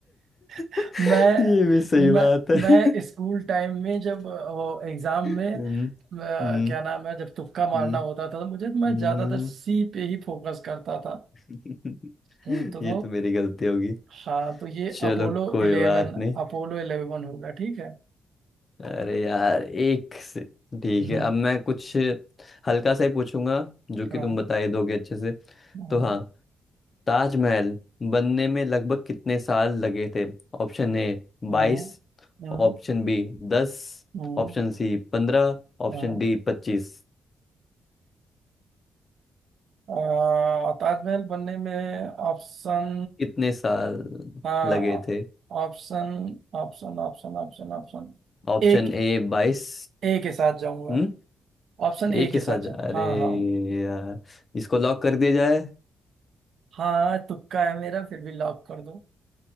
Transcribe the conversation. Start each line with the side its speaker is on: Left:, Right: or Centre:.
Right: <laughs>
Left: ये
Right: मैं
Left: भी सही
Right: मैं
Left: बात है
Right: मैं स्कूल टाइम में जब अ, वो एग्जाम
Left: हम्म
Right: में अ, क्या
Left: हम्म
Right: नाम है जब तुक्का मारना
Left: हम्म
Right: होता था तो मुझे मैं
Left: हम्म।
Right: ज्यादातर सी पे ही फोकस करता था
Left: <laughs>
Right: हम्म, तो
Left: ये तो मेरी गलती होगी
Right: हाँ तो ये
Left: चलो
Right: अपोलो
Left: कोई
Right: इलेवन
Left: बात नहीं
Right: अपोलो इलेवन होगा ठीक है
Left: अरे यार एक से ठीक
Right: हम्म,
Left: है अब मैं कुछ हल्का सा ही पूछूंगा जो कि
Right: हाँ
Left: तुम बता ही दोगे अच्छे से
Right: हाँ
Left: तो हाँ ताजमहल बनने में लगभग कितने साल लगे थे ऑप्शन ए
Right: हाँ
Left: बाईस
Right: हाँ
Left: ऑप्शन बी दस
Right: हाँ,
Left: ऑप्शन सी पंद्रह ऑप्शन
Right: हाँ।
Left: डी पच्चीस
Right: आ, ताजमहल बनने में ऑप्शन
Left: कितने साल
Right: हाँ
Left: लगे थे
Right: Option option option option option
Left: ऑप्शन
Right: एक
Left: ए बाईस
Right: ए के साथ जाऊंगा
Left: हम्म
Right: ऑप्शन ए
Left: एक के
Right: के
Left: साथ
Right: साथ
Left: जा-
Right: जाऊँ
Left: अरे
Right: हाँ हाँ
Left: यार इसको लॉक कर दिया जाए
Right: हाँ तुक्का है मेरा फिर भी लॉक कर दो